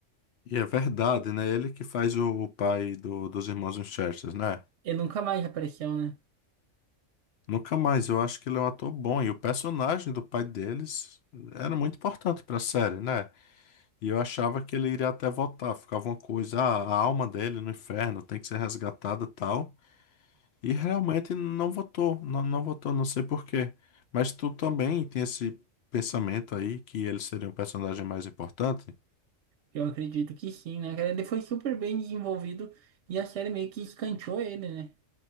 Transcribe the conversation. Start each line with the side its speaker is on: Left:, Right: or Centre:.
Left: E é verdade, né? Ele que faz o, o pai do- dos irmãos Winchester, né?
Right: Ele nunca mais apareceu, né?
Left: Nunca mais, eu acho que ele é um ator bom. E o personagem do pai deles era muito importante pra série, né? E eu achava que ele iria até voltar. Ficava uma coisa, ah, a alma dele no inferno tem que ser resgatada e tal. E realmente não votou, não, não votou, não sei por quê. Mas tu também tem esse pensamento aí que ele seria um personagem mais importante?
Right: Eu acredito que sim, né, cara? Ele foi super bem desenvolvido e a série meio que escanteou ele, né?